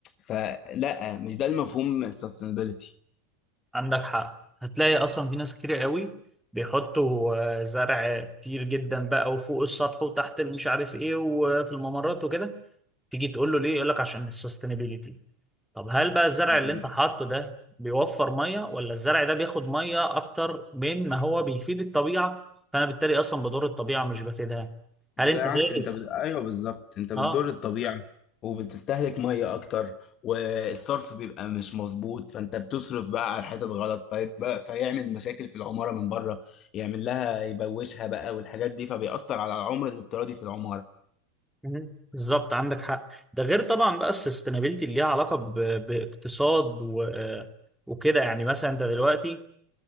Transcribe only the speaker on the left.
فلا مش ده المفهوم sustainability
بز-
بالعكس
انت بت... ايوه بالظبط انت بتضر
الطبيعه وبتستهلك ميه اكتر والصرف بيبقى مش مظبوط فانت بتصرف بقى على الحتت غلط فيبقى فيعمل مشاكل في العماره من بره يعمل لها يبوشها بقى والحاجات دي فبيأثر على العمر الافتراضي في العماره